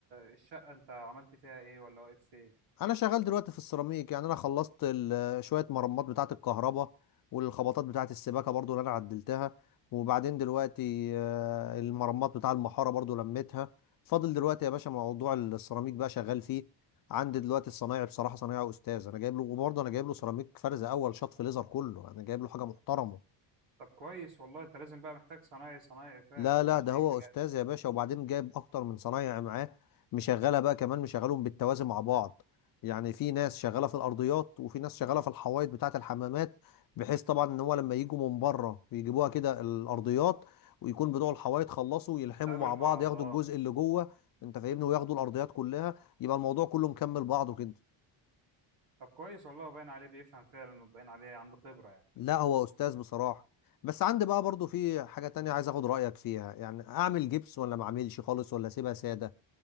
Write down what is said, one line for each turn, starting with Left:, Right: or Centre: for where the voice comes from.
Right: الشقه انت عملت فيها ايه ولا واقف فين
Left: انا شغال دلوقتي في السيراميك يعني انا خلصت ال- شويه مرمات بتاعه الكهرباء والخبطات بتاعه السباكه برضو اللي انا عدلتها وبعدين دلوقتي آه، المرمات بتاع المحاره برضو لميتها فاضل دلوقتي يا باشا موضوع السيراميك بقى شغال فيه عندي دلوقتي الصنايعي بصراحه صنايعي استاذ انا جايب له وبرضه انا جايب له سيراميك فرز اول شط في ليزر كله انا جايب له حاجه محترمه
Right: طب كويس والله انت لازم بقى محتاج صنايعي صنايعي فعلا
Left: لا
Right: مش
Left: لا ده
Right: اي
Left: هو
Right: كلام
Left: استاذ يا باشا وبعدين جايب اكتر من صنايعي معاه مشغلها بقى كمان مشغلهم بالتوازي مع بعض يعني في ناس شغاله في الارضيات وفي ناس شغاله في الحوايط بتاعه الحمامات بحيث طبعا ان هو لما يجوا من بره ويجيبوها كده الارضيات ويكون بتوع الحوايط خلصوا يلحموا
Right: تقابل
Left: مع
Right: بعض
Left: بعض ياخدوا
Right: اه
Left: الجزء اللي جوه انت فاهمني وياخدوا الارضيات كلها يبقى الموضوع كله مكمل بعضه كده
Right: طب كويس والله وباين عليه بيفهم فعلا وباين عليه عنده خبره يعني
Left: لا هو استاذ بصراحه بس عندي بقى برضو في حاجه تانية عايز اخد رايك فيها يعني اعمل جبس ولا ما اعملش خالص ولا اسيبها ساده